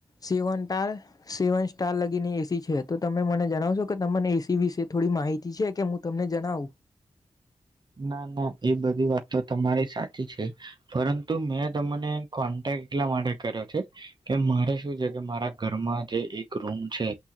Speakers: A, on the left; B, on the right.
A: સેવન તાર સેવન સ્ટાર લગીની એસી છે તો તમે મને જણાવજો પણ એ સી વિશે થોડી માહિતી છે કે હું તમને જણાવું.
B: ના ના એ બધી વાત તો તમારે સાચી છે, પરંતુ મેં તમને કોન્ટેક એટલા માટે કર્યો છે, કે મારે શું છે કે મારા ઘરમાં જે એક રૂમ છે,